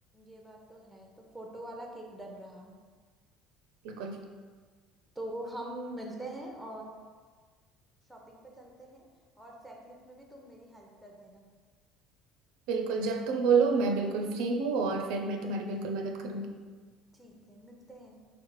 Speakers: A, in the centre; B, on the right (about 75°).
A: ये बात तो है तो फोटो वाला केक डन रहा
B: बिल्कुल
A: तो हम मिलते हैं और शॉपिंग पे चलते हैं और चेकलिस्ट में भी तुम मेरी हेल्प कर देना
B: बिल्कुल जब तुम बोलो मैं बिल्कुल फ्री हूँ और फिर मैं तुम्हारी बिल्कुल मदद करूंगी
A: ठीक है मिलते हैं